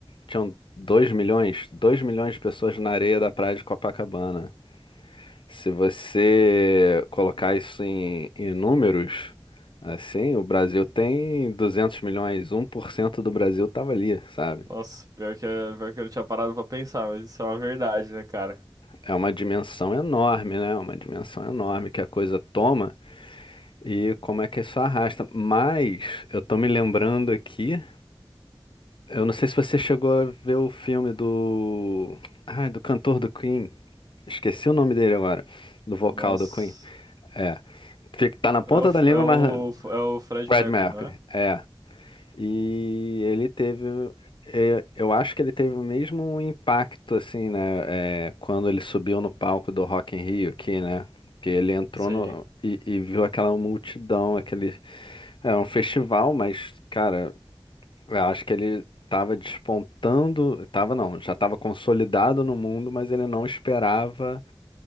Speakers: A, on the left; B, on the right.
A: Tinham dois milhões, dois milhões de pessoas na areia da praia de Copacabana. Se você colocar isso em, em números, assim, o Brasil tem 200 milhões, um por cento do Brasil tava ali, sabe?
B: Nossa, pior que, é- pior que eu não tinha parado pra pensar, mas isso é uma verdade, né, cara?
A: É uma dimensão enorme, né? Uma dimensão enorme que a coisa toma e como é que isso arrasta. Mas eu tô me lembrando aqui, eu não sei se você chegou a ver o filme do. Ai, do cantor do Queen. Esqueci o nome dele agora. Do vocal
B: Nossa.
A: do Queen. É. Fica- Tá na ponta
B: É o, F-
A: da língua,
B: é o,
A: mas.
B: F- é o Fred
A: Fred
B: Mercury,
A: Mercury.
B: não é?
A: É. E ele teve, é, eu acho que ele teve o mesmo impacto, assim, né? é, quando ele subiu no palco do Rock in Rio aqui, né? Que ele entrou
B: Sei.
A: no, e, e viu aquela multidão, aquele. É um festival, mas, cara, eu acho que ele tava despontando. Tava não, já tava consolidado no mundo, mas ele não esperava